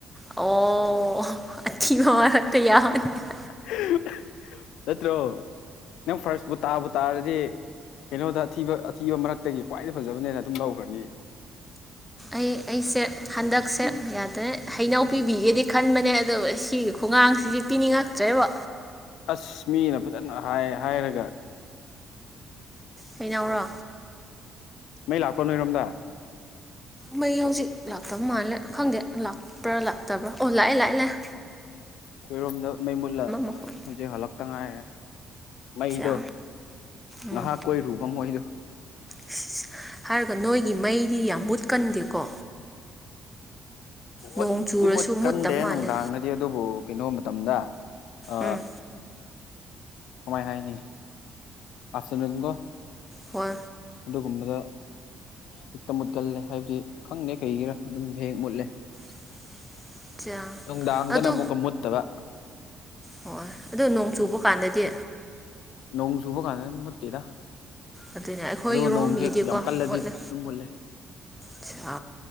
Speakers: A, in the centre; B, on the left (about 80°).
A: ꯑꯣ ꯑꯊꯤꯕ ꯃꯔꯛꯇ ꯌꯥꯎ <unintelligible>
B: <unintelligible> ꯅꯠꯇ꯭ꯔꯣ ꯅꯪ ꯐꯥꯔꯁꯄꯨ ꯇꯥꯕꯨ ꯇꯥꯔꯗꯤ꯫ ꯀꯩꯅꯣꯗ ꯑꯊꯤꯕ ꯑꯊꯤꯕ ꯃꯔꯛꯇꯒꯤ ꯈ꯭ꯋꯥꯏꯗꯩ ꯐꯖꯕꯅꯦꯅ ꯑꯗꯨꯝ ꯂꯧꯈ꯭ꯔꯅꯤ꯫
A: ꯑꯩ ꯑꯩꯁꯦ ꯍꯟꯗꯛꯁꯦ ꯌꯥꯗ꯭ꯔꯩ ꯍꯩꯅꯧ ꯄꯤꯕꯤꯒꯦꯗꯤ ꯈꯟꯕꯅꯦ ꯑꯗꯣ ꯁꯤꯒꯤ ꯈꯣꯡꯒꯥꯡꯁꯤꯁ ꯄꯤꯅꯤꯡꯉꯛꯇ꯭ꯔꯦꯕ
B: ꯑꯁ ꯃꯤꯅ ꯐꯖꯅ ꯍꯥꯏ ꯍꯥꯏꯔꯒ
A: ꯀꯩꯅꯧꯔꯣ
B: ꯃꯩ ꯂꯥꯛꯄ ꯅꯣꯏꯔꯣꯝꯗ
A: ꯃꯩ ꯍꯧꯖꯤꯛ ꯂꯥꯛꯇꯕ ꯃꯥꯜꯂꯦ ꯈꯪꯗꯦ ꯂꯥꯛꯄ꯭ꯔꯥ ꯂꯥꯛꯇꯕ꯭ꯔꯥ ꯑꯣ ꯂꯥꯛꯑꯦ ꯂꯥꯛꯑꯦ ꯂꯥꯛ
B: ꯑꯩꯈꯣꯏꯔꯣꯝꯗ ꯃꯩ ꯃꯨꯠꯂ
A: ꯃꯈꯣꯟ
B: ꯍꯧꯖꯤꯛ ꯍꯜꯂꯛꯇ ꯉꯥꯏꯔꯦ ꯃꯩꯗꯣ
A: ꯆꯥ ꯎꯝ꯫
B: ꯉꯥꯏꯍꯥꯛ ꯀꯣꯏꯔꯨꯕ ꯃꯣꯏꯗꯣ
A: ꯏꯁ ꯍꯥꯏꯔꯒ ꯅꯣꯏꯒꯤ ꯃꯩꯗꯤ ꯌꯥꯝ ꯃꯨꯠꯀꯟꯗꯦꯀꯣ꯫
B: ꯄꯨꯡꯃꯨꯠꯇꯤ
A: ꯅꯣꯡ ꯆꯨꯔꯁꯨ
B: ꯃꯨꯠꯀꯟꯗꯦ
A: ꯃꯨꯠꯇꯕ ꯃꯥꯜꯂꯦ
B: ꯅꯨꯡꯗꯥꯡꯅ ꯑꯗꯨꯕꯨ ꯀꯩꯅꯣ ꯃꯇꯝꯗ ꯑ꯫
A: ꯎꯝ
B: ꯀꯃꯥꯏ ꯍꯥꯏꯅꯤ ꯑꯥꯐꯇꯅꯨꯟꯀꯣ꯫
A: ꯋꯥ꯫
B: ꯑꯗꯨꯒꯨꯝꯕꯗ꯫ ꯍꯦꯛꯇ ꯃꯨꯠꯀꯜꯂꯦ ꯍꯥꯏꯕꯗꯤ ꯈꯪꯗꯦ ꯀꯩꯒꯤꯔꯥ ꯑꯗꯨꯝ ꯍꯦꯍꯦꯛ ꯃꯨꯠꯂꯦ꯫
A: <unintelligible>
B: ꯅꯨꯡꯗꯥꯡꯗꯅ
A: ꯑꯗꯨ
B: ꯑꯃꯨꯛꯀ ꯃꯨꯠꯇꯕ
A: ꯍꯣꯏ ꯑꯗꯨ ꯅꯣꯡ ꯆꯨꯕ ꯀꯥꯟꯗꯗꯤ
B: ꯅꯣꯡ ꯁꯨꯕ ꯀꯥꯟꯗ ꯃꯨꯠꯇꯤꯗ
A: ꯑꯗꯨꯅꯦ ꯑꯩꯈꯣꯏꯒꯤꯔꯣꯝꯒꯤꯗꯤꯀꯣ
B: ꯑꯗꯣ ꯅꯣꯡꯁꯦ ꯌꯥꯝ ꯀꯜꯂꯗꯤ
A: ꯃꯨꯠꯂꯦ
B: ꯑꯗꯨꯝ ꯃꯨꯠꯂꯦ
A: ꯑꯁ